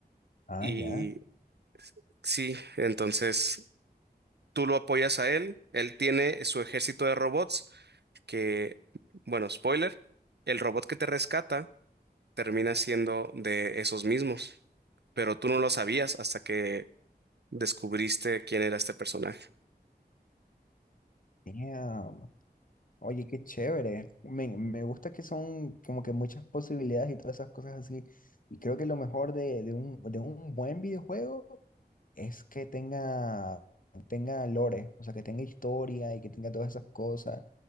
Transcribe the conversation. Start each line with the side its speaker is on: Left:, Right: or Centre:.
Left: Ah,
Right: Y
Left: ya.
Right: sí, entonces tú lo apoyas a él. Él tiene su ejército de robots que, bueno, spoiler, el robot que te rescata termina siendo de esos mismos. Pero tú no lo sabías hasta que descubriste quién era este personaje.
Left: Damn. Oye, qué chévere. Me, me gusta que son como que muchas posibilidades y todas esas cosas así. Y creo que lo mejor de, de un, de un buen videojuego es que tenga, tenga lore, o sea, que tenga historia y que tenga todas esas cosas.